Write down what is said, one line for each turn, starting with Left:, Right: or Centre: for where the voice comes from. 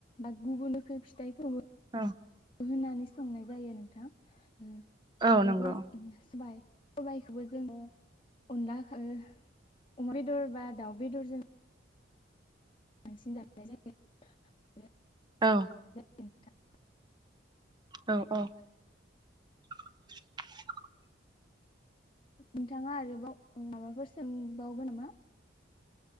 Left: बा गुबुनखै फिथाइखौबो
Right: <inaudible>
Left: होनानै संनाय जायो नोंथां
Right: औ
Left: आरोबाव
Right: नंगौ
Left: उम सबाय सबायाइखौबो जोङो अनलाखो अमा बेदर बा दाउ बेदरजों बांसिन जानाय जायो
Right: औ
Left: न्थ <unintelligible>
Right: औ औ <inaudible>
Left: नोंथाङा आरोबाव माबाफोर सोंबावगोन नामा